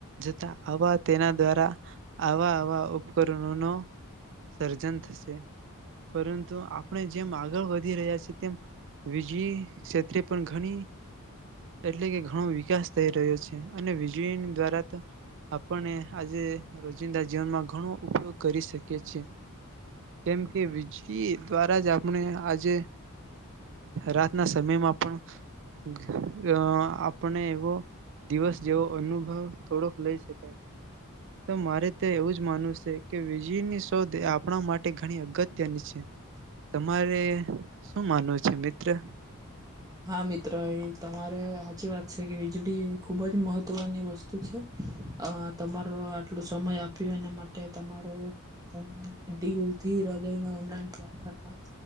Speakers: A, on the right; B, on the right.
A: જતા આવા તેના દ્વારા આવા આવા ઉપકરણો નો સર્જન થશે પરંતુ આપણે જેમ આગળ વધી રહ્યા છે તેમ વીજ જળી ક્ષેત્રે પણ ઘણી એટલે કે ઘણો વિકાસ થઈ રહ્યો છે અને વીજળી દ્વારા તો આપને આજે રોજિંદા જીવનમાં ઘણો ઉપયોગ કરી શકીએ છે. કેમ કે વીજળી દ્વારા જ આપણે આજે રાતના સમયમાં પણ આપણે ઘ-અ આપણે એવો દિવસ જેવો અનુભવ થોડોક લઈ શકાય છે તો મારે તો એવું જ માનુંવ શે કે વીજળીની શોધ આપણા માટે ઘણી અગત્યની છે. તમારે શું માનવું છે મિત ત્ર.
B: હા મિત્ર એ તમારે હાચી વાત છે કે વીજળી ખુબ જ મહત્વની વસ્તુ છે. અ તમારો આટલો સમય આપ્યો એના માટે તમારો હું દીલથી હૃદયનો <unintelligible> <inaudible>